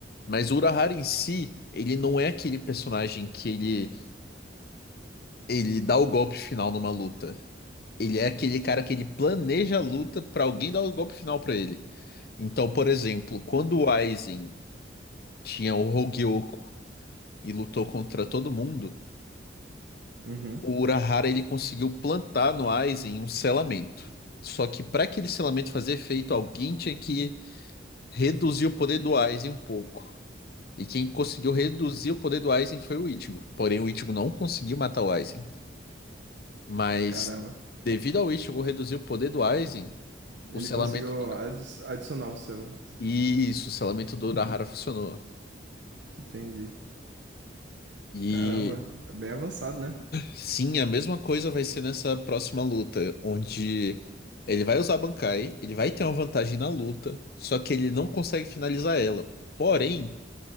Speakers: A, on the left (about 55°); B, on the right (about 75°).
A: Mas o Urahara em si, ele não é aquele personagem que ele ele dá o golpe final numa luta. Ele é aquele cara que ele planeja a luta pra alguém dar o golpe final pra ele. Então, por exemplo, quando o Aizen tinha o Hogyoku e lutou contra todo mundo,
B: Uhum,
A: o Urahara ele conseguiu plantar no Aizen um selamento. Só que para aquele selamento fazer efeito, alguém tinha que reduzir o poder do Aizen um pouco. E quem conseguiu reduzir o poder do Aizen foi o Ichigo. Porém, o Ichigo não conseguiu matar o Aizen. Mas,
B: caramba.
A: devido ao Ichigo reduzir o poder do Aizen,
B: Ele
A: o selamento...
B: conseguiu adi- adicionar o selo.
A: Isso, o selamento do Urahara funcionou.
B: Entendi.
A: E
B: Caramba, é bem avançado, né?
A: Sim, a mesma coisa vai ser nessa próxima luta, onde ele vai usar a Bankai, ele vai ter uma vantagem na luta, só que ele não consegue finalizar ela. Porém,